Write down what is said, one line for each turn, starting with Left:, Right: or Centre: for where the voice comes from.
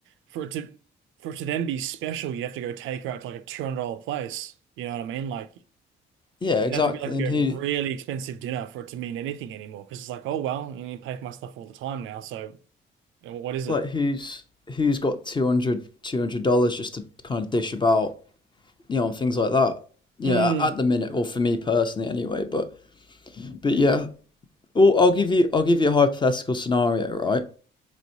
Right: for it to for it to then be special, you have to go take her out to like a two hundred dollar place. You know what I mean? Like.
Left: yeah, exactly.
Right: It'd have to be like
Left: And
Right: a
Left: who
Right: really expensive dinner for it to mean anything anymore. Because it's like, oh well, you pay for my stuff all the time now. So you know, what is
Left: like
Right: it?
Left: who's who's got 200 dollars just to kind of dish about you know, and things like that. Yeah,
Right: Mm.
Left: at the minute, or for me personally, anyway. But but yeah, well, I'll give you I'll give you a hypothetical scenario, right?